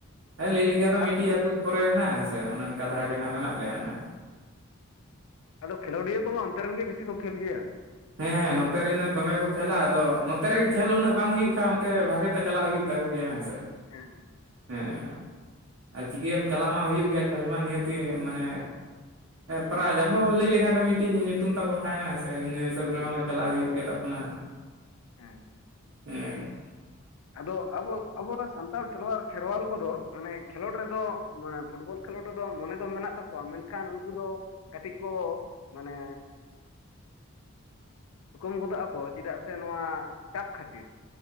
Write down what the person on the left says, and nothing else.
ᱟᱨ
ᱟᱫᱚ ᱠᱷᱮᱞᱳᱰᱤᱭᱟᱹ ᱠᱚᱢᱟ ᱚᱱᱛᱮ ᱨᱮᱱ ᱜᱮ ᱵᱮᱥᱤ ᱠᱚ ᱠᱷᱮᱞ ᱜᱮᱭᱟ᱾
ᱦᱮᱸ᱾
ᱦᱩᱸ
ᱦᱮᱸ
ᱟᱫᱚ ᱟᱵᱚ ᱟᱵᱚᱨᱮᱱ ᱥᱟᱱᱛᱟᱲ ᱠᱷᱮᱞᱣᱟᱲ ᱠᱷᱮᱨᱣᱟᱞ ᱠᱚᱫᱚ ᱢᱟᱱᱮ ᱠᱷᱮᱞᱳᱰ ᱨᱮᱫᱚ ᱢᱟᱱᱮ ᱯᱷᱩᱴᱵᱚᱞ ᱠᱷᱮᱞᱳᱰ ᱨᱮᱫᱚ ᱢᱚᱱᱮ ᱫᱚ ᱢᱮᱱᱟᱜ ᱛᱟᱠᱚᱣᱟ ᱢᱮᱱᱠᱷᱟᱱ ᱩᱱᱠᱩ ᱫᱚ ᱠᱟᱹᱴᱤᱡ ᱠᱚ ᱢᱟᱱᱮ ᱛᱷᱩᱠᱩᱢ ᱜᱚᱫᱚᱜ ᱟᱠᱚ ᱪᱮᱫᱟᱜ ᱥᱮ ᱱᱚᱣᱟ ᱪᱟᱯ ᱠᱷᱟᱹᱛᱤᱨ᱾